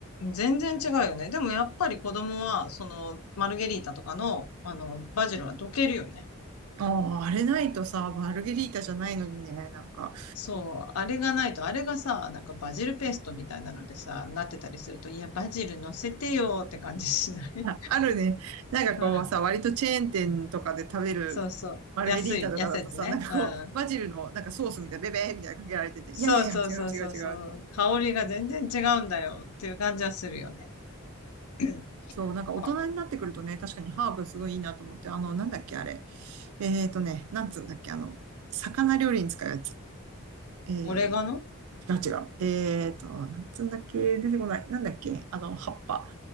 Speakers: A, on the left; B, on the right.
A: 全然違うよね。でもやっぱり子供は、その、マルゲリータとかの、あの、バジルはどけるよね。
B: ああ、あれないとさ、マルゲリータじゃないのにね、なんか、
A: そう、あれがないと、あれがさ、なんかバジルペーストみたいなのでさ、なってたりすると、いや、バジル乗せてよーって感じしない
B: あるね、なんかこうさ、
A: <laughs> うん
B: 割とチェーン店とかで食べるマルゲリータとかだとさ、
A: そうそう。安い、安いやつね。
B: なんかこう、
A: うん。
B: バジルのなんかソースみたいな、ベベーみたいなのかけられてて、いやいやいや、
A: そうそうそうそうそう。
B: 違う違う違うって。
A: 香りが全然違うんだよっていう感じはするよね。<clears throat>
B: そう、なんか大人になってくるとね、
A: まあ、
B: 確かにハーブすごいいいなと思って、あの、なんだっけ、あれ。えーとね、なんつうんだっけ、あの、魚料理に使うやつ。え
A: オレガノ
B: ー、違う違う。えーと、なんつうんだっけ、出てこない。なんだっけ、あの、葉っぱ。